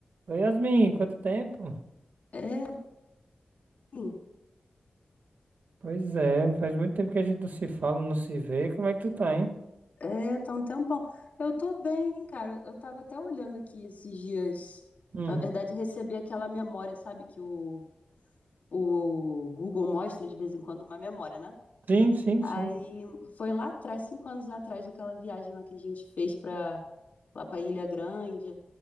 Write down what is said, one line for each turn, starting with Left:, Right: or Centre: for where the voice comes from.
Right: Oi, Yasmin, quanto tempo?
Left: É, bem,
Right: Pois é, faz muito tempo que a gente não se fala, não se vê. Como é que tu tá, hein?
Left: é, tá um tempão. Eu tô bem, cara. Eu tava até olhando aqui esses dias.
Right: Hum.
Left: Na verdade, recebi aquela memória, sabe? Que o, o Google mostra de vez em quando uma memória, né?
Right: Sim, sim,
Left: Aí
Right: sim.
Left: foi lá atrás, cinco anos atrás, daquela viagem lá que a gente fez pra, lá pra Ilha Grande.